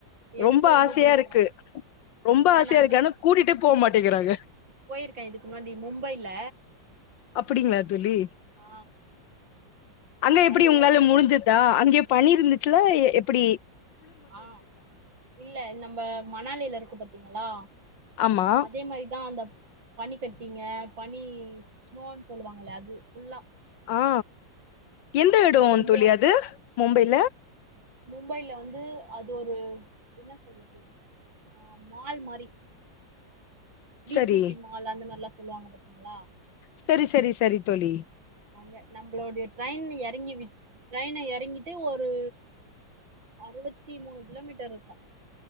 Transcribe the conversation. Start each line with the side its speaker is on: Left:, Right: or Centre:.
Right: எனக்கு
Left: ரொம்ப ஆசையா
Right: புடிக்கு
Left: இருக்கு ரொம்ப
Right: நான்
Left: ஆசையா இருக்கு ஆனா கூட்டிட்டே போ மாட்டேகிறாங்க
Right: போய்ருக்க இதுக்கு முன்னாடி மும்பைல
Left: அப்டிங்களா தோழி
Right: ஆ
Left: அங்க எப்டி
Right: அதுல
Left: உங்களால
Right: வந்
Left: முடிஞ்சுதா அங்கே பனி இருந்துச்சுல எ எப்டி
Right: ஆ இல்ல நம்ம மணாலில இருக்கு பாத்தீங்ளா
Left: ஆமா
Right: அதே மாரிதா அந்த பனி கட்டிங்க பனி ஸ்னோன் சொல்லுவாங்கல்ல அது ஃபுல்லா
Left: ஆ எந்த
Right: அதுல
Left: எடோ
Right: விளையா
Left: தோழி அது மும்பைல
Right: மும்பைல வந்து அது ஒரு என்ன சொல்றது ஆ மால் மாரி வி
Left: சரி.
Right: ஜி பி மால் அந்த மாரில்லா சொல்லுவாங்க பாத்தீங்ளா
Left: செரி செரி செரி தோழி
Right: அங்க நம்பளோடைய ட்ரெயின் இறங்கி விட் ட்ரெயின எறங்கிட்டு ஒரு அறுவத்தி மூணு கிலோமீட்டர் இருக்கு